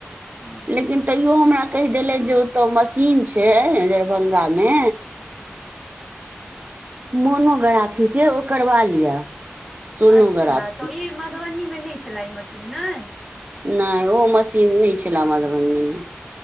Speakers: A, in the centre; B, on the right.
A: हँ,
B: लेकिन तऽ ओहो हमरा कहि देलथ जो ओतअ मशीन छै न दरभंगा मे मोनोग्राफीके ओ करबा लिअ सोनोग्राफी
A: अच्छा तऽ ई मधुबनीमे नहि छला ई मशीन नहि
B: नहि ओ मशीन नहि छलए मधुबनीमे